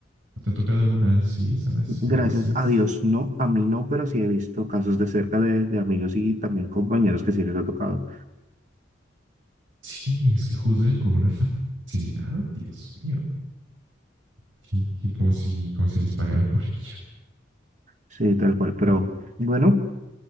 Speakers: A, on the right; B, on the right.
A: ¿Te ha tocado alguna? Sí, son así
B: Gracias
A: a veces.
B: a Dios, no, a mí no, pero sí he visto casos de cerca de, de amigos y también compañeros que sí les ha tocado.
A: Sí, es que juzgan con una facilidad, Dios mío. Que, que como si, como si les pagaran por ello.
B: Sí, tal cual. Pero bueno,